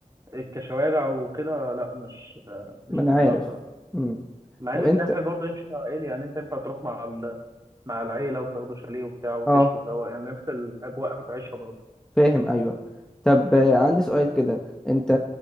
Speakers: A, on the right; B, in the centre.
A: كشوارع وكده لا مش آه، مش
B: ما
A: بحبها
B: انا عارف
A: بصراحه
B: امم
A: مع
B: طب
A: ان
B: انت
A: الساحل برضه يمشي مع عائلي يعني انت ينفع تروح مع ال... مع العيله وتاخدوا شاليه وبتاع وتشوا
B: اه
A: سوا يعني نفس الاجواء هتعيشها برضه
B: فاهم ايوه طب آه، عندي سؤال كده انت